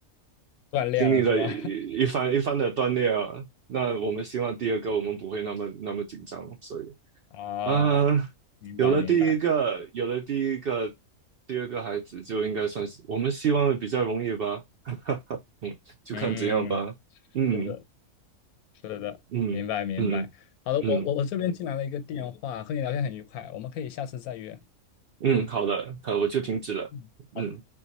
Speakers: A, on the left; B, on the right.
A: <laughs> 锻炼了是吧？
B: 经历了一一番一番的锻炼啊。那我们希望第二个我们不会那么那么紧张，所以
A: <laughs> 啊，
B: 啊，呃
A: 明白明白，
B: 有了第一个，有了第一个，第二个孩子就应该算是我们希望比较容易吧。<laughs> 嗯，就看怎样吧。
A: 嗯，
B: 嗯
A: 这个是的，
B: 嗯嗯嗯嗯
A: 明白明白。好的，我我我这边进来了一个电话，和你聊天很愉快，我们可以下次再约。
B: 嗯，好了，好，我就停止了。
A: 嗯，好
B: 嗯。